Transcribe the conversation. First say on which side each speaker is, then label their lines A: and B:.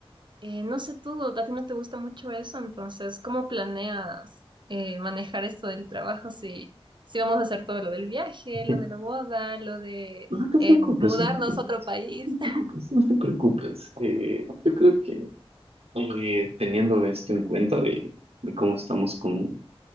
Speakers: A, on the right; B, on the right.
A: Eh, no sé tú, a ti no te gusta mucho eso, entonces, ¿cómo planeas eh, manejar esto del trabajo si, si vamos a hacer todo lo del viaje,
B: <laughs>
A: lo de la boda, lo de
B: No te
A: eh,
B: preocupes,
A: mudarnos
B: no te, pre-
A: a otro país?
B: no te
A: <laughs>
B: preocupes, no te preocupes. Eh, yo creo que eh, teniendo esto en cuenta de, de cómo estamos con,